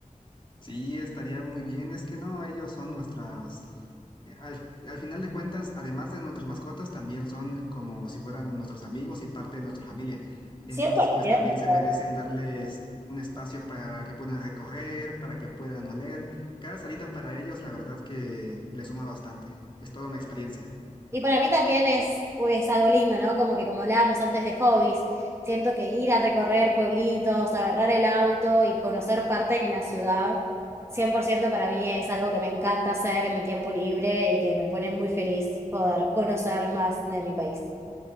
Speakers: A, on the left (about 35°); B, on the right (about 20°).
A: Sí, estaría muy bien. Es que no, ellos son nuestras, eh, al, al final de cuentas, además de nuestras mascotas, también son como si fueran nuestros amigos y parte de nuestra familia. Entonces,
B: 100%.
A: pues también se merecen darles un espacio para que puedan recorrer, para que puedan oler. Cada salita para ellos, la verdad que le suma bastante. Es toda una experiencia.
B: Y para mí también es, es algo lindo, ¿no? Como que como hablábamos antes de hobbies, siento que ir a recorrer pueblitos, agarrar el auto y conocer parte de la ciudad, 100% para mí es algo que me encanta hacer en mi tiempo libre y que me pone muy feliz poder conocer más de mi país.